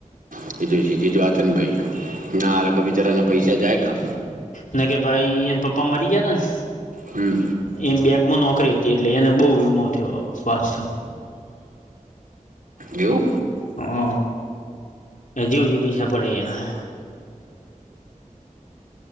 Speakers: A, on the right; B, on the left.
A: <unintelligible> બિચારાના પૈસા જાય કા
B: નાને કે ભાઈને પપ્પા મરી ગયાતા ને
A: હમ
B: એ બેંકમાં નોકરી હતી એટલે એને બો વીમો થયો વાચ થયો
A: એવું
B: હા આ હજુ હજુ પૈસા પડાયા